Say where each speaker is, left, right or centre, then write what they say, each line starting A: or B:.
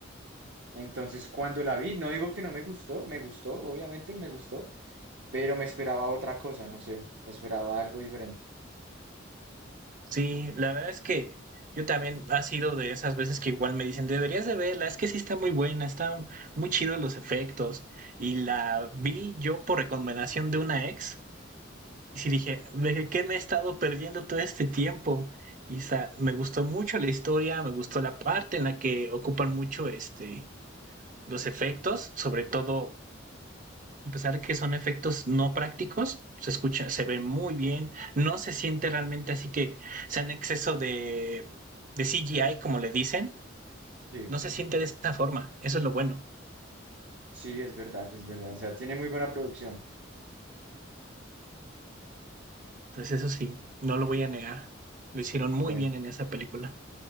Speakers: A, on the right; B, on the right.
A: Entonces, cuando la vi, no digo que no me gustó, me gustó, obviamente me gustó, pero me esperaba otra cosa, no sé, me esperaba algo diferente.
B: Sí, la verdad es que yo también ha sido de esas veces que igual me dicen, deberías de verla, es que sí está muy buena, están muy chidos los efectos. Y la vi yo por recomendación de una ex Y sí dije, ¿de qué me he estado perdiendo todo este tiempo? Y sa- me gustó mucho la historia, me gustó la parte en la que ocupan mucho este, los efectos, sobre todo, a pesar de que son efectos no prácticos, se escucha, se ve muy bien, no se siente realmente así que sea en exceso de, de CGI, como le dicen,
A: Sí,
B: no se siente de esa forma, eso es lo bueno.
A: sí, es verdad, es verdad. O sea, tiene muy buena producción.
B: Pues eso sí, no lo voy a negar, lo hicieron
A: Bueno,
B: muy bien en esa película.